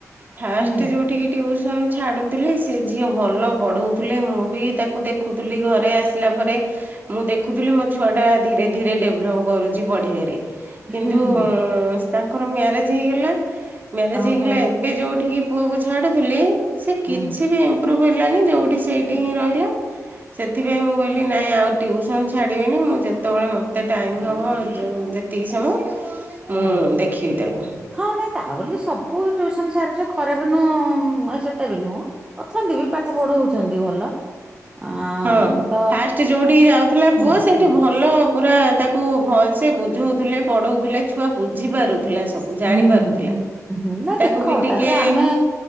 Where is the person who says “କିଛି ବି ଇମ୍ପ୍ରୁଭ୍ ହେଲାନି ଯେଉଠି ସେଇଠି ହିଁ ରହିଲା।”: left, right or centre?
Right